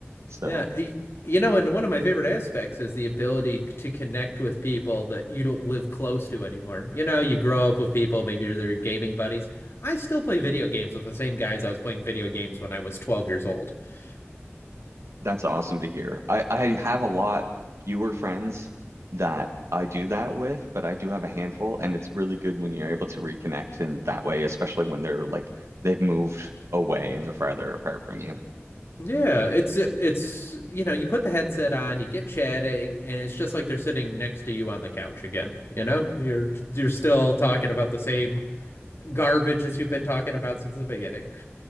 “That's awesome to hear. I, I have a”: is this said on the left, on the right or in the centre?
Right